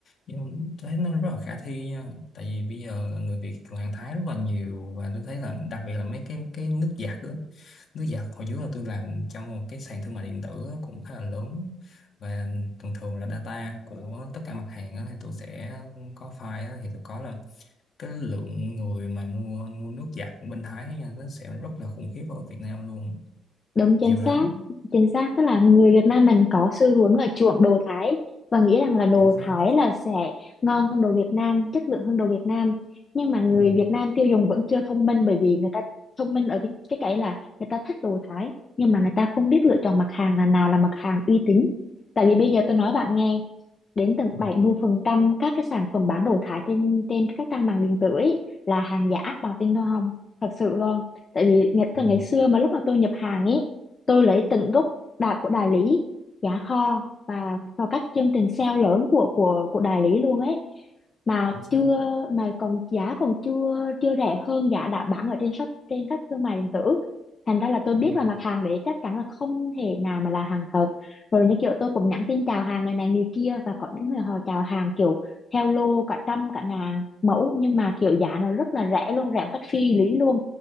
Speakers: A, on the left (about 60°); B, on the left (about 40°).
A: nhưng thấy nó rất là khả thi nha tại vì bây giờ là người Việt thường hàng Thái rất là nhiều và tôi thấy là đặc biệt là mấy cái cái nước giặt đó nước giặt hồi trước là tôi làm trong một cái sàn thương mại điện tử á, cũng khá là lớn và thường thường là data của tất cả mặt hàng á, thì tôi sẽ có file á, thì tôi có là cái lượng người mà mua mua nước giặt bên Thái nha nó sẽ rất là khủng khiếp ở Việt Nam luôn
B: Đúng chính
A: nhiều lắm
B: xác, chính xác tức là người Việt Nam mình có xu hướng là chuộng đồ Thái và nghĩ rằng là đồ
A: chính xác
B: Thái là sẽ ngon hơn đồ Việt Nam, chất lượng hơn đồ Việt Nam. Nhưng mà người
A: ừ,
B: Việt Nam tiêu dùng vẫn chưa thông minh bởi vì người ta thông minh ở cái cái cái là người ta thích đồ Thái nhưng mà người ta không biết lựa chọn mặt hàng là nào là mặt hàng uy tín. Tại vì bây giờ tôi nói bạn nghe, đến tận
A: ừ,
B: 70% các cái sản phẩm bán đồ Thái trên trên các trang mạng điện tử ấy là hàng giả bằng tin tôi không? Thật sự luôn tại vì ngày cả
A: ừ,
B: ngày xưa mà lúc mà tôi nhập hàng ấy tôi lấy từng gốc đà của đại lý giá kho và vào các chương trình sale lớn của của của đại lý luôn ấy mà
A: chính xác
B: chưa mà còn giá còn chưa chưa rẻ hơn giá đã bán ở trên shop trên các thương mại điện tử thành ra là tôi biết
A: ừ,
B: là mặt hàng đấy chắc chắn là không thể nào mà là hàng thật rồi như kiểu tôi cũng nhắn tin chào hàng người này người kia và có những người họ chào hàng kiểu theo lô cả trăm cả ngàn mẫu nhưng mà kiểu giá nó rất là rẻ luôn rẻ một cách phi lý luôn